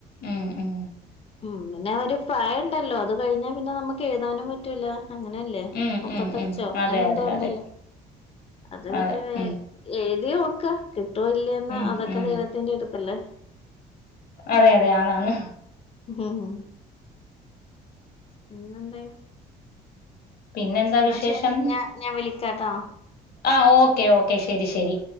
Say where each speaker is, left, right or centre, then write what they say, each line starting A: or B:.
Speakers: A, on the left; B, on the left.
A: ഉം ഉം
B: ഉം പിന്നെ ഒരു പ്രായ ഒണ്ടല്ലോ അത് കഴിഞ്ഞാ പിന്നെ നമുക്ക് എഴുതാനും പറ്റൂല. അങ്ങനെയല്ലേ
A: ഉം
B: മുപ്പത്തഞ്ചോ
A: ഉം ഉം അതെ
B: അങ്ങനെ എന്തോ
A: അതെ
B: ഒണ്ടല്ലോ
A: അതെ
B: അത്
A: അതെ
B: ഒരു വേ
A: ഉം
B: എഴുതി നോക്ക കിട്ടുവേയില്ലന്ന്
A: ഉം
B: അതൊക്കെ
A: ഉം
B: ദൈവത്തിന്റെ ഒരു ഇതല്ലേ
A: അതെ അതെ ആന്ന് ആന്ന്
B: ഹ് ഹ്, പിന്നെന്തെയ്
A: പിന്നെന്താ
B: എന്നാ
A: വിശേഷം
B: ശരി ഞാൻ ഞാൻ വിളിക്കാട്ടോ.
A: ആഹ് ഓക്കെ ഓക്കെ ശരി ശരി